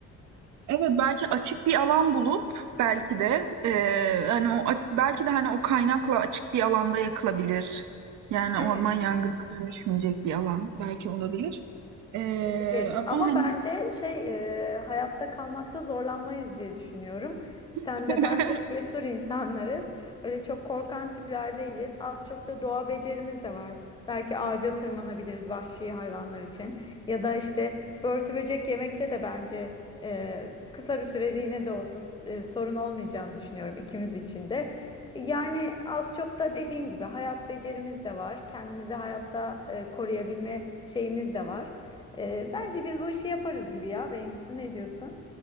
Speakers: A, on the right; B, on the left.
A: Evet belki açık bir alan bulup belki de e, hani o belki de hani o kaynakla açık bir alanda yakılabilir. Yani
B: Evet.
A: orman yangınına dönüşmeyecek bir alan belki olabilir. E,
B: Bilir. Ama
A: ama hani
B: bence şey e, hayatta kalmakta zorlanmayız diye düşünüyorum. Sen
A: <laughs>
B: de ben de cesur insanlarız. Öyle çok korkan tipler değiliz. Az çok da doğa becerimiz de var. Belki ağaca tırmanabiliriz vahşi hayvanlar için. Ya da işte börtü böcek yemekte de bence e, kısa bir süreliğine de olsa e, sorun olmayacağını düşünüyorum ikimiz için de. Yani az çok da dediğim gibi hayat becerimiz de var. Kendimizi hayatta e, koruyabilme şeyimiz de var. Ee, bence biz bu işi yaparız gibi ya Bengüsü ne diyorsun?